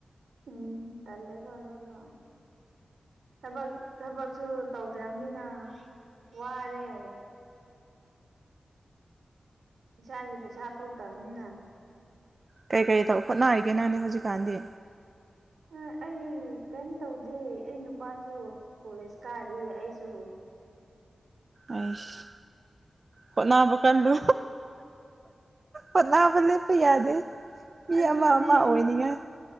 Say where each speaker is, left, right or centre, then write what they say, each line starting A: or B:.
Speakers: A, on the right (about 85°); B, on the right (about 45°).
A: ꯎꯝ ꯇꯜꯂꯦꯀꯣ ꯑꯗꯨꯗꯣ ꯊꯕꯛ ꯊꯕꯛꯁꯨ ꯇꯧꯗ꯭ꯔꯕꯅꯤꯅ ꯋꯥꯔꯦ ꯏꯁꯥꯒꯤ ꯄꯩꯁꯥ ꯊꯣꯛꯇꯝꯅꯤꯅ
B: ꯀꯩ ꯀꯩ ꯇꯧ ꯍꯣꯠꯅꯔꯤꯒꯦ ꯅꯪꯗꯤ ꯍꯧꯖꯤꯛꯀꯥꯟꯗꯤ
A: ꯑꯥ ꯑꯩ ꯀꯩꯝ ꯇꯧꯗꯦ ꯑꯩ ꯅꯨꯄꯥꯁꯨ ꯀꯣꯂꯦꯖ ꯀꯥꯏꯔꯤ ꯑꯩꯁꯨ
B: ꯑꯩꯁ ꯍꯣꯠꯅꯕ ꯀꯜꯂꯨ ꯑꯣꯠꯅꯕ ꯂꯦꯞꯄ ꯌꯥꯗꯦ ꯃꯤ
A: ꯑꯗꯨꯏꯅꯦ
B: ꯑꯃ ꯑꯃ ꯑꯣꯏꯅꯤꯉꯥꯏ